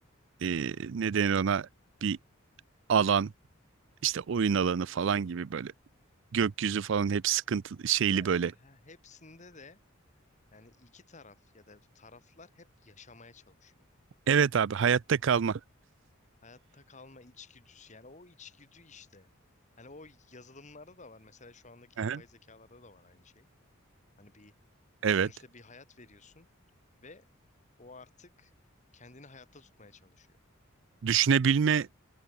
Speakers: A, on the right; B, on the left.
A: e, ne denir ona bir alan işte oyun alanı falan gibi böyle gökyüzü falan hep sıkıntı şeyli
B: Ve
A: böyle.
B: he- hepsinde de yani iki taraf ya da taraflar hep yaşamaya çalışıyor.
A: Evet abi hayatta kalma.
B: Hayatta kalma içgüdüsü. Yani o içgüdü işte. Hani o yazılımlarda da var. Mesela şu andaki
A: Aha.
B: yapay zekalarda da var aynı şey. Hani bir
A: Evet.
B: sonuçta bir hayat veriyorsun ve o artık kendini hayatta tutmaya çalışıyor.
A: Düşünebilme